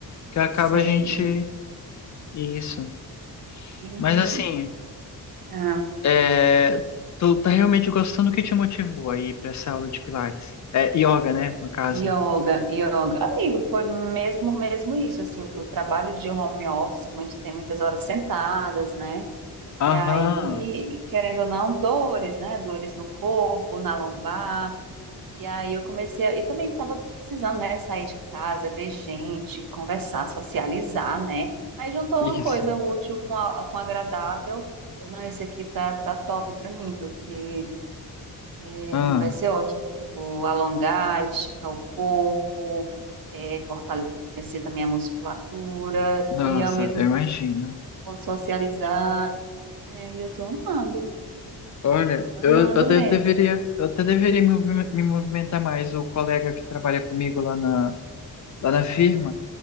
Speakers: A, on the left (about 45°); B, on the right (about 60°).
A: Que
B: Eu
A: acaba
B: sei.
A: a gente isso.
B: E,
A: Mas assim,
B: ah,
A: é, tu tá realmente gostando do que te motivou aí para essa aula de Pilates? É yoga, né, no caso.
B: Yoga, yoga. Amigo, foi mesmo mesmo isso, assim, o, o trabalho de home office, muito, tem muitas horas sentadas, né? E
A: Aham.
B: aí, querendo ou não, dores, né? Dores no corpo, na lombar. E aí eu comecei, a, e também estava precisando, né, sair de casa, ver gente, conversar, socializar, né? Aí juntou
A: Isso.
B: uma coisa útil com a, com agradável. Eu, não, esse aqui tá, tá top pra mim, porque é,
A: Ah,
B: vai ser ótimo. que Eu vou alongar, esticar o corpo, é, fortalecer também a musculatura
A: nossa,
B: e ao mesmo
A: eu imagino.
B: tempo vou socializar. É, e eu tô amando,
A: Olha,
B: amando
A: eu, eu até
B: mesmo.
A: deveria, eu até deveria me movi- me movimentar mais. O colega que trabalha comigo lá na, lá na firma,